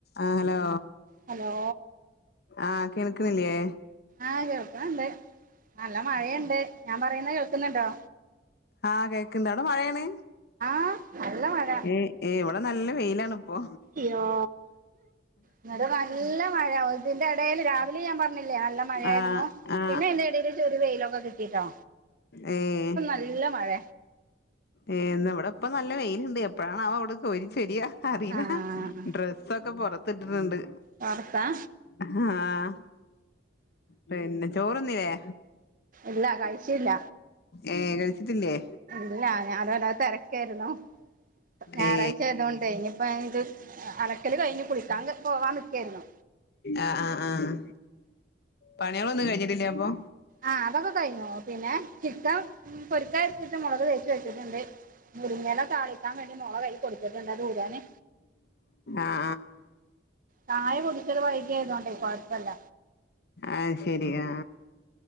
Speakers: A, on the left; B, on the right.
A: ആഹ് hello.
B: Hello.
A: ആഹ് കേൾക്ക്‌ന്നില്ലേ?
B: ആഹ് കേൾക്ക്‌ണണ്ട്. നല്ല മഴയെണ്ട്. ഞാൻ പറയുന്ന കേൾക്കുന്നുണ്ടോ?
A: ആഹ് കേൾക്ക്‌ണ്ട് അവിടെ മഴയാണ്?
B: ആഹ് നല്ല മഴ.
A: ഏ ഏ ഇവടെ നല്ല വെയിലാണ്. ഇപ്പൊ
B: ഇയ്യോ. ഇങ്ങട് നല്ല മഴ ഉതിന്റെ ഇടേൽ രാവിലെ ഞാൻ പറഞ്ഞില്ലേ നല്ല മഴ
A: ആ
B: ആയിരുന്നു?
A: ആ
B: പിന്നെ അതിന്റെഎടേലെച്ചൊരു വെയിലൊക്കെ കിട്ടിയിട്ടോ.
A: ഏഹ്.
B: നല്ല മഴേ.
A: ഏഹ് ഇന്നാ ഇവിടെപ്പ നല്ല വെയിലിണ്ട് എപ്പഴാാണവൊവിടെ കോരി ചൊരിയ അറിയില്ല.
B: ആഹ്
A: ഡ്രസ്സൊക്കെ പൊറത്തിട്ടിട്ട്ണ്ട്.
B: പാറത്താ
A: ആഹ്. പിന്നെ ചോറ്ന്നില്ലേ?
B: ഇല്ല കഴിച്ചില്ല
A: ഏഹ് കഴിച്ചിട്ടില്ലേ?
B: ല്ല ഞാനല്ലാതെ തിരക്കായിരുന്നു ഞായറാഴ്ച
A: ഏ
B: ആയതൊണ്ട് ഇ <unintelligible> അലക്കല് കഴിഞ്ഞ് കുളിക്കാൻ പോവാൻ നിൽക്കുകയായിരുന്നു
A: ആഹ് ആഹ് ആഹ് പണികളൊന്നും കഴിഞ്ഞിട്ടില്ല അപ്പൊ
B: ആഹ് അതൊക്കെ കഴിഞ്ഞോ പിന്നെ ചിക്കൻ പൊരിക്കൽ <unintelligible> മുളക് തേച്ച് വച്ചിട്ടുണ്ട് മുരിങ്ങേല താളിക്കാൻ വേണ്ടി മോളുടെ കൈ കൊടുത്തിട്ടുണ്ട് അത് ഉരാന്
A: ആഹ്
B: ചായ കുടിച്ചത് വൈകിയ ആയതോണ്ടേ കുഴപ്പമില്ല
A: ആഹ് ശരിയാാ